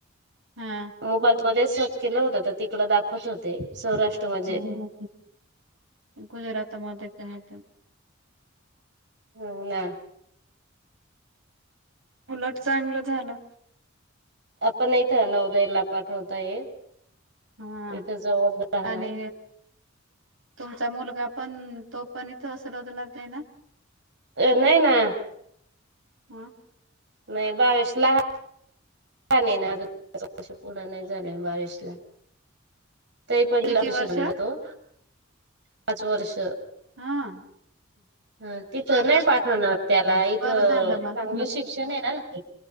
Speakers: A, on the right; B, on the right.
A: हा
B: मोबाईल मध्ये सर्च केलं होत तर तिकड दाखवत होते सौराष्ट्र म
A: हम्म. गुजरातमध्येच आहे तर
B: हो ना
A: उलट चांगलं झालं
B: आपण नाही नवोदयाला पाठवता ये
A: हा
B: इथे जवळ राहण
A: आणि
B: आहे
A: तुमचा मुलगा पण तो पण इथं सलवतला ना
B: अ नाही ना
A: हम्म
B: नाही बावीश ला का नाही ना आज वर्स पूर्ण नाही झाले बावीस ला तही पहिलाभि
A: किती वर्ष
B: शरले
A: हा
B: जातो पाच वर्ष
A: हम
B: ह तिथं नाही पाठवणार त्याला इथं
A: बरं झालं मग
B: चांगलं शिक्षण आहे ना.